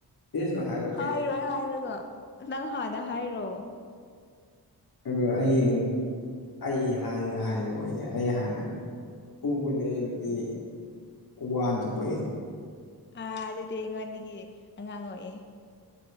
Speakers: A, on the left; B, on the left.
A: ꯑꯦꯁ ꯇꯣ ꯍꯥꯏꯔꯣ꯫
B: ꯍꯥꯏꯔꯣꯏ ꯍꯥꯏꯔꯒ ꯅꯪ ꯍꯥꯟꯗ ꯍꯥꯏꯔꯣ ꯫
A: ꯑꯗꯨꯒ ꯑꯩ ꯑꯃꯨꯛ꯫ ꯑꯩ ꯍꯥꯟꯅ ꯍꯥꯏꯌꯣꯌꯦ ꯑꯩ ꯍꯥꯟꯅ ꯄꯣꯛꯄꯗꯤ ꯑꯩꯗꯤ ꯋꯥꯟꯗ ꯄꯣꯛꯑꯦ꯫
B: ꯑꯥ ꯑꯗꯨꯗꯤ ꯑꯩꯉꯣꯟꯗꯒꯤ ꯑꯉꯥꯡ ꯑꯣꯏꯌꯦꯦ꯫